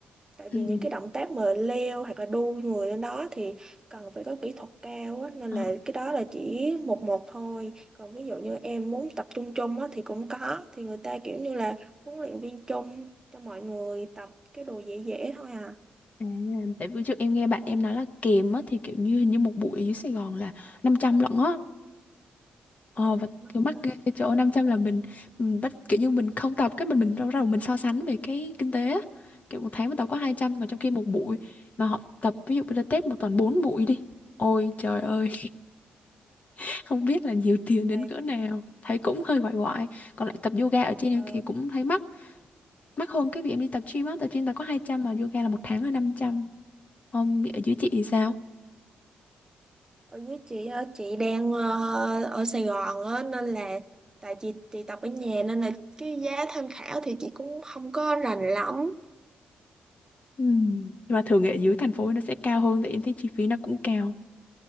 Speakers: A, on the right; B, on the left.
A: tại
B: Ừ.
A: vì những cái động tác mà leo hoặc là đu người lên đó thì cần phải có kỹ thuật cao á nên
B: ờ,
A: là cái đó là chỉ một một thôi còn ví dụ như em muốn tập trung chung á thì cũng có thì người ta kiểu như là huấn luyện viên chung cho mọi người tập cái đồ dễ dễ thôi à
B: à, Tại vì trước em nghe bạn em nói là kèm á thì kiểu như hình như một buổi ở dưới Sài Gòn là 500 lận á Ờ
A: ồ
B: và
A: mắc
B: kiểu mắc
A: lắm
B: ghê chỗ 500 là mình mình bắt kiểu như mình không tập cái mình mình đâu đầu mình so sánh về cái kinh tế á. Kiểu một tháng mình tập có 200 mà trong khi một buổi mà họ tập ví dụ Pilates một tuần 4 buổi đi. Ôi trời ơi, <laughs> không biết là nhiều tiền đến
A: Tại,
B: cỡ nào. Thấy cũng hơi quại quại. Còn lại tập yoga ở trên em
A: ờ,
B: thì cũng thấy mắc. Mắc hơn cái việc em đi tập gym á, tập gym tao có 200 mà yoga là một tháng là năm trăm Không, ở dưới chị thì sao?
A: ở dưới chị á, chị đang ờ, ở Sài Gòn á nên là tại chị chị tập ở nhà nên là cái giá tham khảo thì chị cũng không có rành lắm
B: Ừ. Nhưng mà thường ở dưới thành phố nó sẽ cao hơn tại em thấy chi phí nó cũng cao.